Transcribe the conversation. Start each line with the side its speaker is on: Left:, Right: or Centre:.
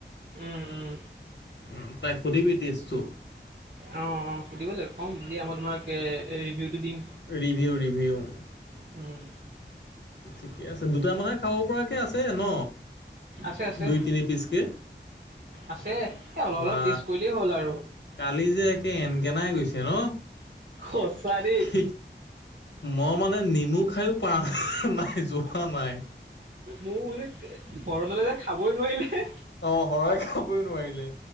Right: উম উম
Left: উ তাই সুধিবি টেষ্টটো?
Right: অঁ অঁ সুধিব লাগিব ক'ম দিয়া মই তোমাক ৰিভিউটো দিম।
Left: ৰিভিউ ৰিভিউ
Right: উম
Left: ঠিকে আছে দুটামানুহে খাব পৰাকৈ আছে ন
Right: আছে আছে
Left: দুই তিনি পিচকে।
Right: আছে এ অলপ
Left: বা
Right: অলপ টেষ্ট কৰিলেই হ'ল আৰু!
Left: কালি যে একে এনকেনাই গৈছে ন?
Right: সঁচা দেই
Left: স মই মানে নেমু খাইয়ো পাৰা নাই। যোৱা নাই
Right: মোৰ যে ঘৰণলে যে খাবই নোৱাৰিলে।
Left: অ শৰই খাবই নোৱাৰিলে